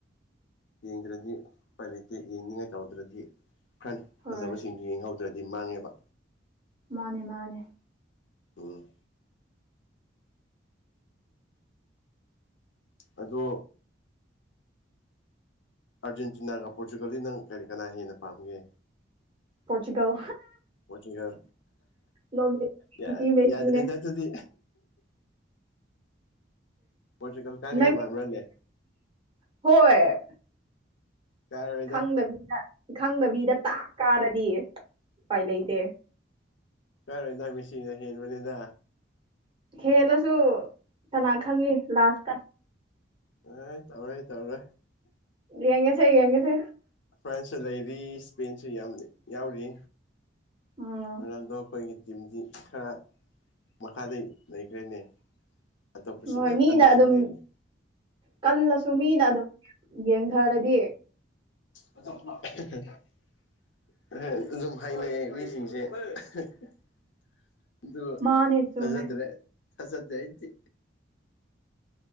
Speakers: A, on the left; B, on the right.
A: ꯌꯦꯡꯗ꯭ꯔꯗꯤ ꯎꯄꯥꯏ ꯂꯩꯇꯦ ꯌꯦꯡꯅꯤꯡꯉꯥꯏ ꯇꯧꯗ꯭ꯔꯗꯤ
B: ꯍꯣꯏ
A: ꯐꯖꯕꯁꯤꯡ ꯌꯦꯡꯍꯧꯗ꯭ꯔꯗꯤ ꯃꯥꯡꯉꯦꯕ
B: ꯃꯥꯅꯤ ꯃꯥꯅꯤ
A: ꯎꯪ ꯑꯗꯨ ꯑꯥꯔꯖꯦꯟꯇꯤꯅꯥꯒ ꯄꯣꯔꯇꯨꯒꯜꯗꯤ ꯅꯪ ꯀꯔꯤ ꯀꯅꯥ ꯍꯦꯟꯅ ꯄꯥꯝꯒꯦ
B: ꯄꯣꯔꯆꯨꯒꯜ
A: UNINTELLIGIBLE
B: ꯅꯣꯔꯃꯦꯜ
A: ꯌꯥ
B: ꯃꯦꯁꯤꯅꯦ
A: ꯌꯥꯗ꯭ꯔꯦꯗ ꯑꯗꯨꯗꯤ ꯄꯣꯔꯇꯨꯒꯜ ꯀꯅꯤꯉꯥꯏ
B: ꯅꯪ
A: ꯃꯥꯟꯕ꯭ꯔꯥꯅꯦ
B: ꯍꯣꯏ
A: ꯀꯥꯔꯣꯏꯗ
B: ꯈꯪꯗꯕꯤꯗ ꯈꯪꯗꯕꯤꯗ ꯇꯥꯛ ꯀꯥꯔꯗꯤ ꯎꯄꯥꯏ ꯂꯩꯇꯦ
A: ꯀꯥꯏꯔꯣꯏꯗ ꯃꯦꯁꯤꯅ ꯍꯦꯟꯕꯅꯤꯗ
B: ꯍꯦꯜꯂꯁꯨ ꯀꯅꯥ ꯈꯪꯅꯤ ꯂꯥꯁ
A: ꯑꯦ ꯇꯧꯔꯦ ꯇꯧꯔꯣꯏ
B: ꯌꯦꯡꯒꯦꯁꯦ ꯌꯦꯡꯒꯦꯁꯦ
A: ꯐ꯭ꯔꯦꯟꯁꯁꯨ ꯂꯩꯔꯤ ꯏꯁꯄꯦꯟꯁꯨ ꯌꯥꯝꯅ ꯌꯥꯎꯔꯤ
B: ꯎꯝ
A: ꯔꯣꯅꯥꯜꯗꯣꯈꯣꯏꯒꯤ ꯇꯤꯝꯗꯤ ꯈꯔ ꯃꯈꯥꯗꯩ ꯂꯩꯈ꯭ꯔꯦꯅꯦ ꯑꯇꯣꯞꯄꯁꯤꯡ
B: ꯍꯣꯏ
A: ꯌꯥꯝ
B: ꯃꯤꯅ
A: ꯀꯟꯕꯁꯤꯡ
B: ꯑꯗꯨꯝ
A: ꯂꯩꯔꯤ
B: ꯀꯜꯂꯁꯨ ꯃꯤꯅ ꯑꯗꯨꯝ ꯌꯦꯡꯊꯥꯔꯗꯤ
A: UNINTELLIGIBLE ꯑꯗꯨ
B: ꯃꯥꯅꯦ ꯆꯨꯝꯃꯦ
A: ꯊꯥꯖꯗ꯭ꯔꯦ ꯊꯥꯖꯗꯦ ꯑꯩꯗꯤ